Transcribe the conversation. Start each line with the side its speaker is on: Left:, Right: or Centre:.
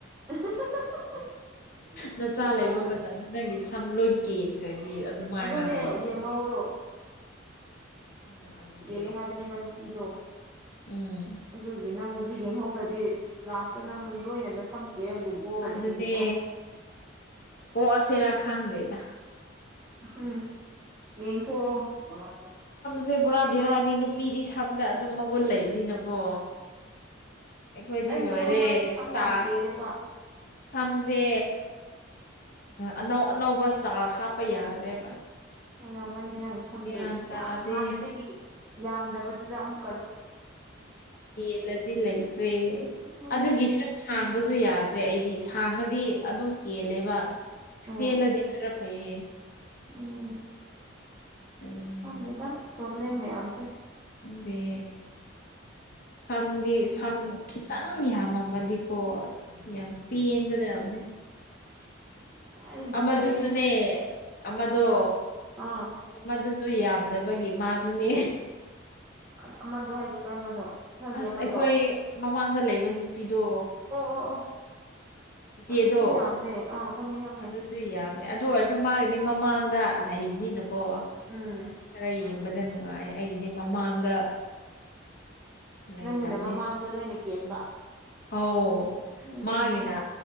Right: <unintelligible>
Left: ꯅꯆꯥ ꯂꯩꯕ ꯃꯇꯝꯗ ꯅꯪꯒꯤ ꯁꯝ ꯂꯣꯏ ꯀꯦꯟꯈ꯭ꯔꯅꯤ ꯑꯗꯨꯃꯥꯏꯅ
Right: ꯑꯗꯨꯅꯦ
Left: ꯍꯥꯏꯌꯦꯕ
Right: ꯌꯦꯡꯍꯧꯔꯣ
Left: ꯎꯝ ꯑꯗꯨꯅꯦ
Right: ꯀꯦꯜꯂꯦ ꯍꯥꯏꯕꯅꯦꯕ ꯅꯨꯄꯤꯗꯣ
Left: ꯎꯝ
Right: ꯑꯗꯨꯒꯤ ꯅꯪ ꯍꯧꯖꯤꯛ ꯌꯦꯡꯍꯧꯗ꯭ꯔꯗꯤ ꯂꯥꯁꯇ ꯅꯪ ꯂꯣꯏꯅ ꯅꯁꯝ ꯀꯦꯟ ꯂꯨ ꯀꫭꯛꯑꯒ
Left: ꯑꯗꯨꯅꯦ
Right: ꯂꯩꯒꯅꯤꯀꫭ
Left: ꯀꯣꯛꯑꯁꯤꯔꯥ ꯈꯪꯗꯦꯗ
Right: ꯎꯝ ꯌꯦꯡꯊꯣꯛꯑꫭ
Left: ꯁꯦ ꯕꯣꯔꯥ ꯕꯤꯔꯥꯅꯤ ꯅꯨꯄꯤꯗꯤ ꯁꯝꯗ ꯑꯗꯨꯝ ꯃꯒꯨꯟ ꯂꯩꯕꯅꯤꯅꯀꯣ ꯑꯩꯈꯣꯏꯗꯤ
Right: ꯑꯩꯁꯨ
Left: ꯂꯣꯏꯔꯦ
Right: ꯍꯟꯗꯛꯇꯤ
Left: ꯏꯁꯇꯥ
Right: ꯁꯝ ꯌꯥꯝ ꯀꯦꯜꯂꯦꯕ
Left: ꯁꯝꯁꯦ ꯑꯅꯧ ꯑꯅꯧꯕ ꯏꯁꯇꯥꯜ ꯍꯥꯞꯄ ꯌꯥꯗ꯭ꯔꯦꯕ
Right: ꯔꯝꯒꯅꯤ ꯅꯪ ꯁꯝꯗꯨ
Left: ꯒ꯭ꯌꯥꯟ ꯇꯥꯗꯦ
Right: ꯍꯥꯟꯅꯗꯒꯤ ꯌꯥꯝꯗꯕꯗꯨꯗ ꯑꯃꯨꯛ
Left: ꯀꯦꯜꯂꯗꯤ ꯂꯩꯇ꯭ꯔꯦ
Right: ꯎꯝ
Left: ꯑꯗꯨꯒꯤ ꯍꯥꯡꯕꯁꯨ ꯌꯥꯗ꯭ꯔꯦ ꯑꯩꯗꯤ ꯊꯥꯡꯉꯗꯤ ꯑꯗꯨꯝ ꯀꯦꯜꯂꯦꯕ
Right: ꯑ
Left: ꯇꯦꯜꯂꯗꯤ ꯈꯔ ꯐꯩꯌꯦ
Right: ꯎꯝ
Left: ꯑꯗꯨꯅꯦ
Right: ꯈꯪꯗꯦꯗ ꯄ꯭ꯔꯣꯕ꯭ꯂꯦꯝ ꯃꯌꯥꯝꯁꯦ
Left: ꯗꯦ ꯁꯝꯗꯤ ꯁꯝ ꯈꯤꯇꯪ ꯅꯪ ꯌꯥꯝꯃꯝꯃꯗꯤꯀꯣ ꯑꯁ ꯌꯥꯝ ꯄꯦꯟꯒꯗꯕꯅꯤ
Right: <unintelligible> ꯑꯩ ꯗꯣꯛꯇꯔ
Left: ꯑꯃꯗꯨꯁꯨꯅꯦ
Right: ꯌꯦꯡꯉꯨ
Left: ꯑꯃꯗꯣ
Right: ꯑꯥ ꯑꯥ
Left: ꯃꯗꯨꯁꯨ ꯌꯥꯝꯗꯕꯒꯤ ꯃꯥꯁꯨꯅꯦ
Right: <unintelligible> ꯑꯃꯗꯨ ꯍꯥꯏꯗꯤ ꯀꯔꯝꯕꯅꯣ ꯅꯪꯒꯤ
Left: ꯑꯁ
Right: ꯑꯃꯗꯣ
Left: ꯑꯩꯈꯣꯏ
Right: ꯑꯣ
Left: ꯃꯃꯥꯡꯗ ꯂꯩꯕ ꯅꯨꯄꯤꯗꯣ
Right: ꯑꯣ ꯑꯣ
Left: ꯏꯆꯦꯗꯣ
Right: ꯑꯗꯨꯁꯨ ꯌꯥꯝꯗꯦ ꯑꯥ ꯈꯪꯉꯦ ꯈꯪꯉꯦ
Left: ꯑꯗꯨꯁꯨ ꯌꯥꯝꯅꯦ ꯑꯗꯨ ꯑꯣꯏꯔꯁꯨ ꯃꯥꯒꯤꯗꯤ ꯃꯃꯥꯡꯗ ꯂꯩꯕꯅꯤꯅꯀꯣ
Right: ꯎꯝ
Left: ꯈꯔ ꯌꯦꯡꯕꯗ ꯅꯨꯡꯉꯥꯏ ꯑꯩꯒꯤꯗꯤ ꯃꯃꯥꯡꯗ ꯂꯩꯇꯕ
Right: ꯅꯪꯒꯤꯅ ꯃꯃꯥꯡꯗ ꯂꯣꯏꯅ ꯀꯦꯟꯕ
Left: ꯑꯧ
Right: ꯎꯝ
Left: ꯃꯥꯒꯤꯅ